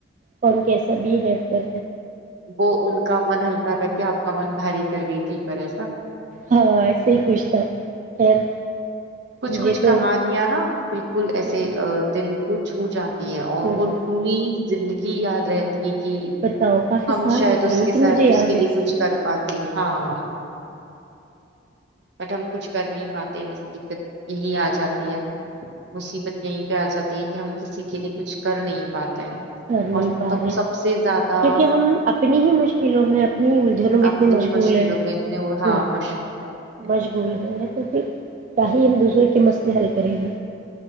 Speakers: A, on the right; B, on the right.
A: کون کیس سبھی ہیو کر
B: وہ ان کا من ہلکا کر کے آپ کا من بھاری کر گئی تھی پر ایسا
A: ہاں ایسے ہی کچھ تھا خیر
B: کچھ
A: مجھے
B: کچھ
A: تو
B: کہانیاں نا بالکل ایسے
A: ہو
B: دل کچھ جاتا اور وہول
A: جاتا
B: پوری زندگی یاد رہتی کہ
A: بتاؤ کافی
B: ہم
A: سال
B: شاید
A: ہو
B: اس
A: گئے لیکن
B: کے ساتھ
A: مجھے یاد
B: اس کے
A: ہے
B: لیے کچھ
A: کو
B: کر پاتے ہاں بٹ ہم کچھ کر نہیں پاتےست یہی آ جاتی ہے مصیبت یہیں پہ آ جاتی ہے کہ ہم کسی کے لیے کچھ کر نہیں پاتے ہیں
A: کر نہیں
B: اور
A: پا
B: تب
A: رہے
B: سب سے زیادہ
A: کیونکہ ہم اپنی ہی مشکلوں میں اپنی الجھنوں میں
B: اپنی
A: اتنی مشغول
B: مشکلوں
A: ہیں
B: میں اتنے ہاں
A: ب
B: مشہور ہے
A: مشغول ہیں تو پھر کیااہی ہم دوسرے کے مسئلے حل کریں گے